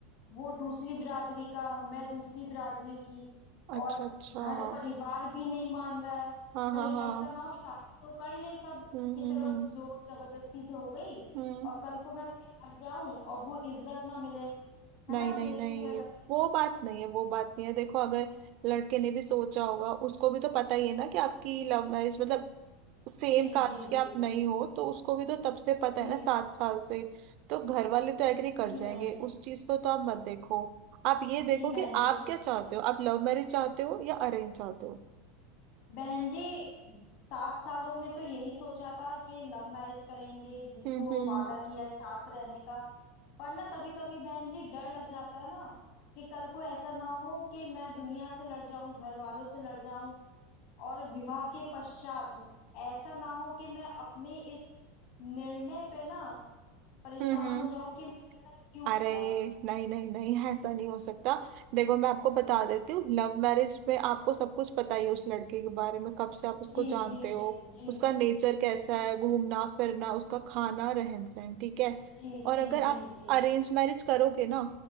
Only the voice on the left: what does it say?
वो दूसरी बिरादरी का मैं दूसरी बिरादरी की
और
घर
परिवार भी नहीं मान रहा है
कहीं
ऐसा ना हो शादी तो कर ले सब
कि
चलो
जोर जबरदस्ती से हो गई
और कल को मैं उनके घर जाऊं और वो इज्जत ना मिले है
ना बेइज्जती
होने लगे
जी
जी
जी
जी
जी
बहन जी
जी
बहन
जी
बहन जी सात सालों में तो यही सोचा था कि लव मैरिज करेंगे जिसको
वादा किया है साथ रहने का पर ना कभी कभी बहन जी डर लग जाता है ना कि कल को ऐसा ना हो कि मैं दुनिया से लड़ जाऊं घर वालों से लड़ जाऊं और विवाह के पश्चात ऐसा ना हो कि मैं अपने इस निर्णय पे ना परेशान
हो जाऊं कि मैंने ऐसा क्यों
किया
जी
जी
जी जी
जी
जी
जी
जी
जी जी